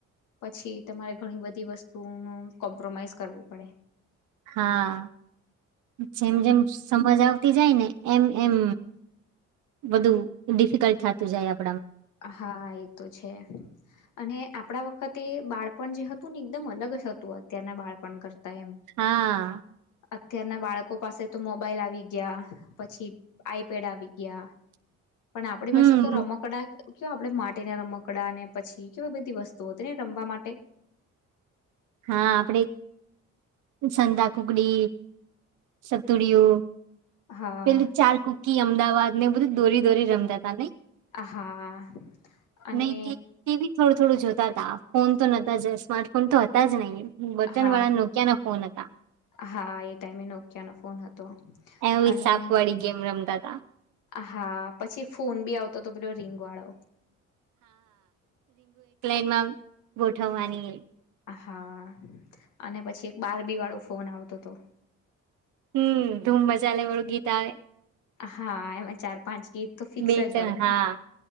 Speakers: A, on the left (about 80°); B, on the right (about 80°).
A: પછી તમારે ઘણી બધી વસ્તુનું કોમ્પ્રોમાઈઝ કરવું પડે
B: હા જેમ
A: અને
B: જેમ સમજ આવતી જાય ને એમ એમ બધું ડિફિકલ્ટ થતું જાય આપ
A: હા એ તો છે અને આપણા વખતે બાળપણ જે હતું ને એકદમ અલગ જ હતું અત્યારના બાળપણ કરતા એમ
B: હા
A: અત્યારના બાળકો પાસે તો મોબાઈલ આવી ગયા પછી આઈપેડ આવી ગયા
B: <inaudible>
A: પણ આપણી
B: હમ
A: પાસે તો રમકડા કે આપણે માટેટીના રમકડા ને પછી કે બધી વસ્તુઓ તેને રમવા માટે
B: હા આપડે સંતા કુકડી સતુરિયો
A: હા
B: પેલ ચાર કુકી અમદાવાદ ને બધું દોરી દોરી રમતા ત નહ
A: હા અને
B: નહી તેવી થોડું થોડું જતું ફોન તો નહતા જ સ્માર્ટ ફોન તો હતા જ નહીિ બટન
A: હા
B: વાળા નોકિયા ના ફોન હતા
A: હા એ ટાઈમે નોકિયાનોો ફોન હતો
B: એવી
A: અને
B: સાપ વાળી ગેમ રમતા હતા
A: હા પછી ફોન બી આવતો તો પેલો રીંગ વાળો
B: ન માં ગોઠવવાની એ
A: હા અને પછી એક બાર બી વાળો ફોન આવતો હતો
B: હમ ધૂમ મજા લને વાળું ગીત આવે
A: હા એમાં ચાર પાંચ ગીત તો ફિક્સ
B: બે
A: જ
B: ચણ
A: હોય ને
B: હા